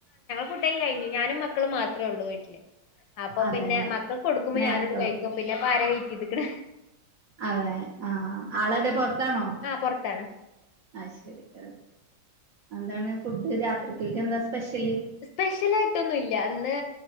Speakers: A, on the left; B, on the right.
A: ഫുഡ കിഞ്ഞു ഞാനും മക്കള് മാത്രം. അത്രേ ഉള്ളൂ വീട്ടില് അപ്പൊ
B: അതെല്ലേ
A: പിന്നെ മക്കൾക്ക് കൊടുക്കുമ്പോ
B: നേരത്തോളൂ
A: ഞാനോട് കഴിക്കും പിന്നെ അപ്പ ആരെ വെറ്റ് ചെയ്തിക്കണ.
B: അതെ ആഹ ആളോടെ പൊറത്താണോ?
A: ആഹ് പുറത്താണ്
B: ആഹ് ശരി ഓക്കെ എന്താണ് ഫുഡ് രാത്രിക്കൊക്ക് എന്താ? സ്പെഷ്യല്
A: സ്പെഷ്യൽ ആയിട്ടൊന്നുംല്ല അന്ന്